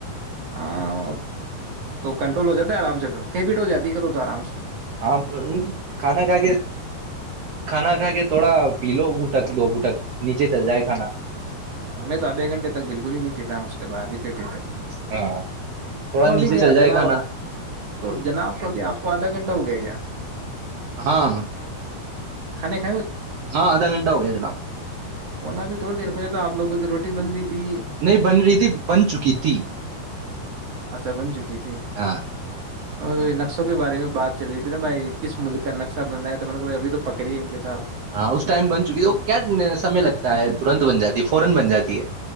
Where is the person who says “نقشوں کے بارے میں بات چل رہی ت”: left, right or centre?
Right